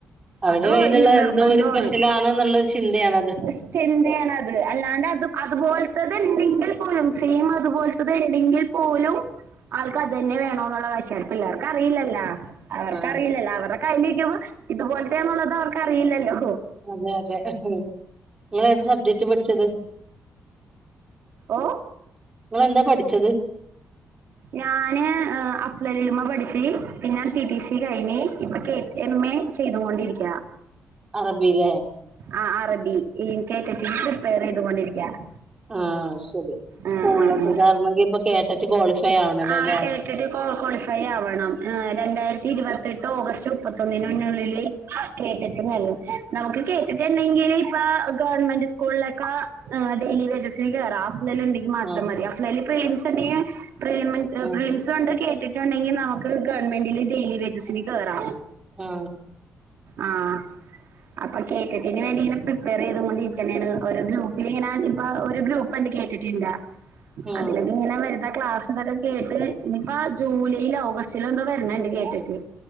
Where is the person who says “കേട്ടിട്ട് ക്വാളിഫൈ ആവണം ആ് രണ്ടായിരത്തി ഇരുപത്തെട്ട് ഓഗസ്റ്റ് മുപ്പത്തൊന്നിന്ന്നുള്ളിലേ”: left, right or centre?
Right